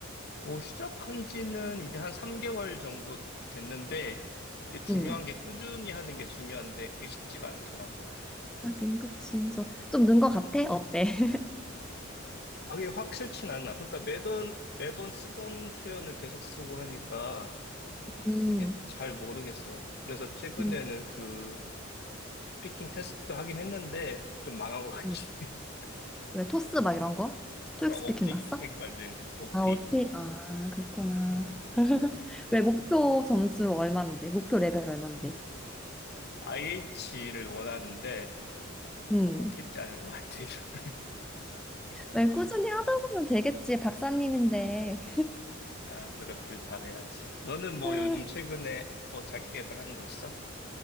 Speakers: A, on the left (about 55°); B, in the centre.
A: 뭐 시작한 지는 이제 한 3개월 정도 됐는데 이게 중요한
B: 음,
A: 게 꾸준히 하는 게 중요한데 그게 쉽지가 않더라고.
B: 하긴, 그치. 그래서 좀 는 거 같아? 어때? <laughs>
A: 아, 그게 확실치 않나 그러니까 매번, 매번 쓰던 표현을 계속 쓰고 하니까
B: 음,
A: 이게 잘 모르겠어. 그래서 최근에는
B: 음,
A: 그 스피킹 테스트도 하긴 했는데 좀 망한 것 같긴
B: 음.
A: 해. <laughs>
B: 왜 토스 막 이런 거? 토익
A: 어, 오픽
B: 스피킹 났어?
A: 했거든. 오픽.
B: 아, 오픽. 아, 그렇구나.
A: 음, 그래.
B: 왜 목표 점수 얼만데? 목표 레벨 얼만데?
A: IH를 원하는데
B: 음.
A: 어, 쉽지 않을 것 같아. <laughs>
B: 왜 꾸준히 하다 보면 되겠지, 박사님인데.
A: 아, 그렇길 바라야지. 너는 뭐
B: 아,
A: 요즘 최근에 뭐 자기 개발하는 거 있어?